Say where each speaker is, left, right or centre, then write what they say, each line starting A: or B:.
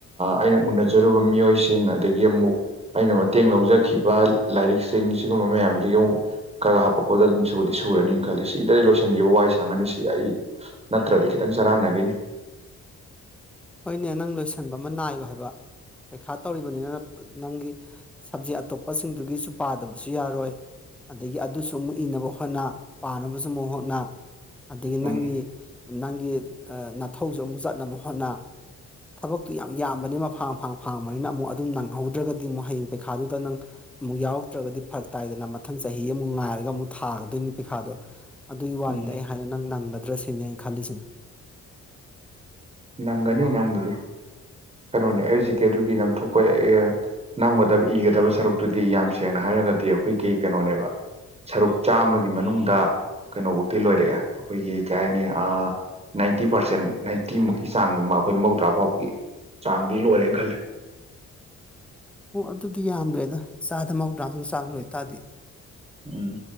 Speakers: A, on the right; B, in the centre.
A: ꯑꯩꯅ ꯎꯅꯖꯔꯨꯕ ꯃꯤꯑꯣꯏꯁꯤꯡ ꯑꯗꯒꯤ ꯑꯃꯨꯛ ꯑꯩꯅ ꯃꯇꯦꯡ ꯂꯧꯖꯈꯤꯕ ꯂꯥꯏꯔꯤꯛꯁꯤꯡ ꯁꯤꯒꯨꯝꯕ ꯃꯌꯥꯝꯁꯤꯒꯤ ꯑꯃꯨꯛ ꯈꯔ ꯍꯥꯞꯄꯛꯄꯗ ꯑꯗꯨꯝ ꯁꯨꯗꯤ ꯁꯨꯔꯅꯤ ꯈꯜꯂꯦ ꯁꯤꯗꯩ ꯂꯣꯏꯁꯤꯟꯈꯤꯕ ꯋꯥꯏ ꯁꯪꯉꯅꯤ ꯁꯤ ꯑꯩ ꯅꯠꯇ꯭ꯔꯗꯤ ꯈꯤꯇꯪ ꯆꯔꯥꯡꯅꯈꯤꯅꯤ
B: ꯍꯣꯏꯅꯦ ꯅꯪ ꯂꯣꯏꯁꯟꯕ ꯑꯃ ꯅꯥꯏꯌꯨ ꯍꯥꯏꯕ ꯄꯩꯈꯥ ꯇꯧꯔꯤꯕꯅꯤꯅ ꯅꯪꯒꯤ ꯁꯞꯖꯦꯛ ꯑꯇꯣꯞꯄꯁꯤꯡꯗꯨꯒꯤꯁꯨ ꯄꯥꯗꯕꯁꯨ ꯌꯥꯔꯣꯏ ꯑꯗꯥꯒꯤ ꯑꯗꯨꯁꯨ ꯑꯃꯨꯛ ꯏꯅꯕ ꯍꯣꯠꯅ ꯄꯥꯅꯕꯁꯨ ꯑꯃꯨꯛ ꯍꯣꯠꯅ ꯑꯗꯥꯒꯤ ꯅꯪꯒꯤ
A: ꯎꯝ
B: ꯅꯪꯒꯤ ꯅꯥꯊꯧꯁꯨ ꯑꯃꯨꯛ ꯆꯠꯅꯕ ꯍꯣꯠꯅ ꯊꯥꯕꯛꯇꯨ ꯌꯥꯝ ꯌꯥꯝꯕꯅꯤꯅ ꯃꯐꯥꯡ ꯃꯐꯥꯡ ꯐꯥꯡꯕꯅꯤꯅ ꯑꯃꯨꯛ ꯑꯗꯨꯝ ꯅꯪꯍꯧꯗ꯭ꯔꯒꯗꯤ ꯑꯃꯨꯛ ꯍꯌꯦꯡ ꯄꯩꯈꯥꯗꯨꯗ ꯅꯪ ꯑꯃꯨꯛ ꯌꯥꯎꯔꯛꯇ꯭ꯔꯒꯗꯤ ꯐꯥꯔꯛ ꯇꯥꯏꯗꯅ ꯃꯊꯪ ꯆꯍꯤ ꯑꯃꯨꯛ ꯉꯥꯏꯔꯒ ꯑꯃꯨꯛ ꯊꯥꯒꯗꯣꯏꯅꯤ ꯄꯩꯈꯥꯗꯣ ꯑꯗꯨꯒꯤ ꯋꯥꯅꯤꯗ
A: ꯎꯝ
B: ꯑꯩ ꯍꯥꯏꯅ ꯅꯪ ꯅꯪꯒꯗ꯭ꯔꯁꯤꯅꯤ ꯑꯩꯅ ꯈꯜꯂꯤꯁꯤꯅ
A: ꯅꯪꯒꯅꯤ ꯅꯪꯕꯨꯗꯤ ꯀꯩꯅꯣꯅꯦ ꯑꯩ ꯍꯧꯖꯤꯛꯀꯤ ꯑꯗꯨꯒꯤꯗꯪ ꯊꯣꯛ ꯄꯣꯏꯔꯛꯑꯦ ꯅꯝꯒꯗꯕ ꯏꯒꯗꯕ ꯁꯔꯨꯛꯇꯨꯗꯤ ꯌꯥꯝ ꯁꯦꯡꯅ ꯍꯥꯏꯔꯒꯗꯤ ꯑꯩꯈꯣꯏꯒꯤ ꯀꯩꯅꯣꯅꯦꯕ ꯁꯔꯨꯛ ꯆꯥꯝꯃꯒꯤ ꯃꯅꯨꯡꯗ ꯀꯩꯅꯣ ꯐꯧꯗꯤ ꯂꯣꯏꯔꯛꯑꯦ ꯑꯩꯈꯣꯏꯒꯤ ꯀꯩ ꯍꯥꯏꯅꯤ ꯑꯥ ꯅꯥꯏꯟꯇꯤ ꯄꯥꯔꯁꯦꯟ ꯅꯥꯏꯟꯇꯤ ꯃꯨꯛ ꯆꯥꯡ ꯑꯃ ꯑꯩꯈꯣꯏ ꯃꯧꯗ꯭ꯔꯥ ꯐꯥꯎꯕꯒꯤ ꯆꯥꯡꯗꯤ ꯂꯣꯏꯔꯦ ꯈꯜꯂꯤ
B: ꯑꯣ ꯑꯗꯨꯗꯤ ꯌꯥꯝꯗ꯭ꯔꯦꯗ ꯆꯥꯗ ꯃꯧꯗ꯭ꯔꯥꯃꯨꯛ ꯆꯥꯡ ꯂꯣꯏꯇꯥꯔꯗꯤ
A: ꯎꯝ